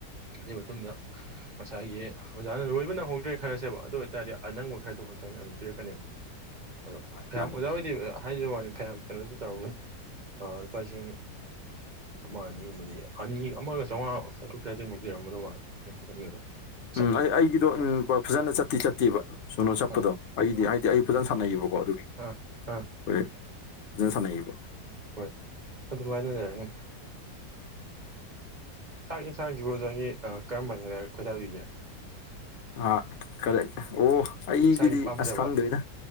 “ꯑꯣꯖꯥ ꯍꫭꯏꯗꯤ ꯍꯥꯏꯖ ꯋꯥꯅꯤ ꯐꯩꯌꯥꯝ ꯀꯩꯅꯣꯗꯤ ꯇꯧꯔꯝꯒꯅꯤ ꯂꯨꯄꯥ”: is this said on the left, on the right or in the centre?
Right